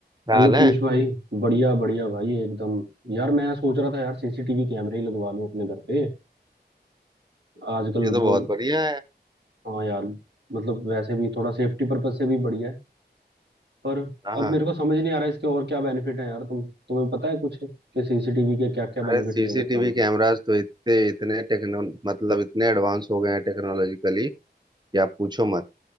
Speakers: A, on the right (about 25°); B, on the right (about 70°).
A: ख्याल
B: Hello Piyush
A: है
B: भाई बढ़िया बढ़िया भाई एकदम यार मैं सोच रहा था यार सीसीटीवी कैमरे ही लगवा लूं अपने घर पे आजकल
A: ये तो
B: बोल
A: बहुत बढ़िया है
B: हाँ यार मतलब वैसे भी थोड़ा सेफ्टी पर्पज से भी बढ़िया है पर
A: हाँ
B: अब
A: हाँ
B: मेरे को समझ नहीं आ रहा इसके और क्या बेनिफिट है यार तुम तुम्हें पता है कुछ कि सीसीटीवी के क्या क्या बेनिफिट
A: अरे सीसीटीवी
B: ले सकता हूँ
A: कैमरास तो इतने इतने टेक्नो मतलब इतने एडवांस हो गए हैं टेक्नोलॉजिकली कि आप पूछो मत